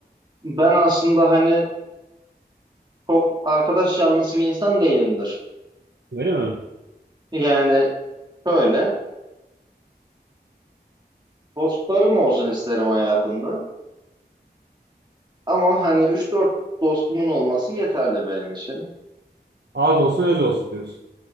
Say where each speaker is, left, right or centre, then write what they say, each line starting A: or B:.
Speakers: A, on the right (about 25°); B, on the right (about 75°).
A: ben aslında hani çok arkadaş canlısı bir insan değilimdir.
B: Öyle mi?
A: Yani şöyle, dostlarım olsun isterim hayatımda. Ama hani üç dört dostumun olması yeterli benim için.
B: Az olsun öz olsun diyoruz.